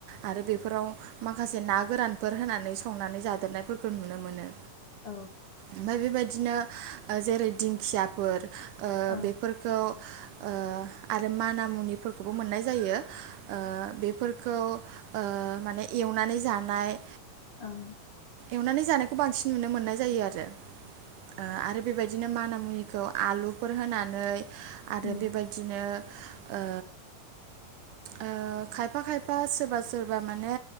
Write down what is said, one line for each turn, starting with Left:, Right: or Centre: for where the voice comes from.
Right: आरो बेफोराव माखासे ना गोरानफोर होनानै संनानै जादेरनायफोरखौ नुनो मोनो
Left: औ
Right: ओमफाय बे बायदि दिनो ओ जेरै दिंखिया फोर ओ
Left: ओं
Right: बेफोरखौ ओ आरो माना मुनिफोरखौबो मोननाय जायो ओ बेफोरखौ ओ माने एवनानै जानाय
Left: ओं
Right: एवनानै जानायखौ बांसिन नुनो मोननाय जायो आरो ओ आरो बेबायदि दिनो माना मुनिखौ आलुफोर होनानै आरो
Left: उम
Right: बेबायदिनो ओ ओ खायफा खायफा सोरबा सोरबा माने